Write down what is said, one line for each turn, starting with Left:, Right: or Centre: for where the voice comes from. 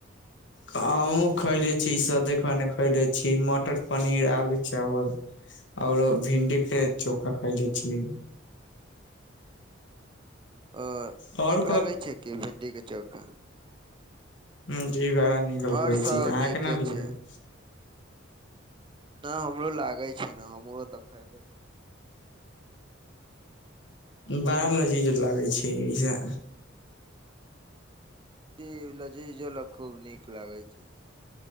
Left: हमहुँ खैले छी सादे खाना खैले छी, मटर पनीर आलू चावल। और भिन्डी के चोखा खैले छियै।
Right: ओ
Left: आओर
Right: नीक लागै छै कि भिण्डी के चोखा।
Left: हुॅ जी बड़ा नीक लगै
Right: आओर सब
Left: छै, अहाॅ
Right: नीके
Left: केना निक
Right: छै
Left: लागै छी।
Right: ना हमरो लागे छै ने हमरो त खेबे करे छी।
Left: बड़ा लजीज लागै छै ऐ ज।
Right: जी लजीज वला खूब नीक लागै छै।